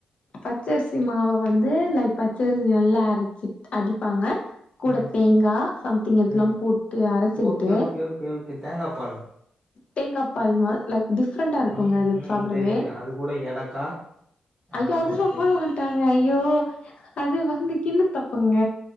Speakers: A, on the left; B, on the right.
A: பச்சரிசி மாவ வந்து லைக் பச்சரிசி நல்லா அரச்சிட் அடிப்பாங்க கூட
B: ம்
A: தேங்கா சம்திங் இதுலாம்
B: ம்
A: போட்டு அரச்சுக்கிட்டு
B: ஓகே ஓகே ஓகே ஓகே தேங்காப்பால்
A: தேங்கப்பால் மார் லைக் டிஃப்ரெண்டா இருக்குங்க
B: ம்
A: அது
B: ம்
A: சாப்டவே
B: தெரியு தெரியு அது கூட ஏலக்கா அதெல்லா
A: ஐய்ய அது
B: போட்டு
A: சாப்புடுவாங்
B: செய்
A: விட்டாங்க ஐயோ அது வந்து கின்ன தப்புங்க